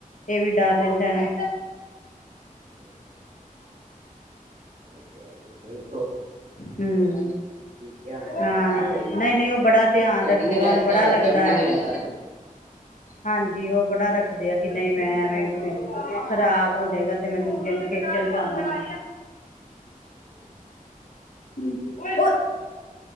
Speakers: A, on the left; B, on the right.
A: ਇਹ ਵੀ
B: ਹਮ,
A: ਡਰ ਰਹਿੰਦਾ ਨਾ
B: ਬਿਲਕੁਲ ਬਿਲਕੁਲ ਇਹ ਤੇ ਹੈਈ ਆ ਨਹੀਂ
A: ਹਮ
B: ਧਿਆਨ ਰੱਖਣੀ
A: ਹਾਂ
B: ਚਾਹੀਦੀ
A: ਨਹੀਂ
B: ਹੈ।
A: ਨਹੀਂ ਉਹ ਬੜਾ
B: ਫਿਰ
A: ਧਿਆਨ
B: ਸਰੀਰ
A: ਰੱਖਦੇ ਓਨ੍ਹਾ
B: ਐਸਾ
A: ਨੂੰ ਬੜਾ ਲੱਗਦਾ
B: ਹਜ਼ਮ ਨਹੀਂ
A: ਹੈ
B: ਹੁੰਦਾ ਨਾ
A: ਹਾਂਜੀ ਉਹ ਬੜਾ ਰਖ ਰਖਦੇ ਆ ਕਿ ਨਹੀਂ ਮੈਂ ਐਵੇਂ ਖ਼ਰਾਬ ਹੋ ਜਾਏਗਾ ਤੇ ਮੈਂ ਦੂਜੇ ਨੂੰ ਖੇਚਲ ਪਾਵਾਂਗਾ
B: ਹਮ
A: ਹਮ ਉਏ